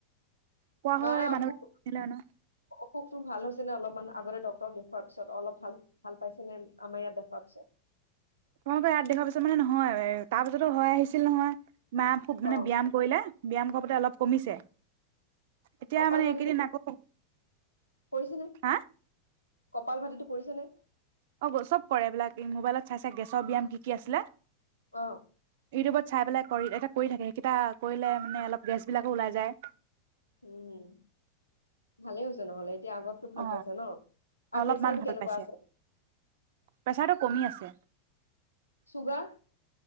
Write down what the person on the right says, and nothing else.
কোৱা
হয় মানুহ
<unintelligible> ন।
তোমালোকৰ ইয়াত দেখুওৱাৰ পিছত বুলি নহয় তাৰ পিছতো হৈ আহিছিল নহয়। মাই খুব মানে
ব্যায়াম কৰিলে ব্যায়াম কৰতে অলপ কমিছে, এতিয়া
মানে
এইকেইদিন আকৌ,
হা।
অ', চব কৰে এইবিলাক মোবাইলত চাই -চাই গেছৰ ব্যায়াম কি- কি আছিলে।
ইউটিউবত চাই পেলাই কৰি এটা কৰি থাকে সেইকেইটা কৰিলে মানে অলপ গেছ বিলাকো ওলাই যায়।
অ
অলপমান
ভাল
পাইছে
প্ৰেছাৰটো কমি আছে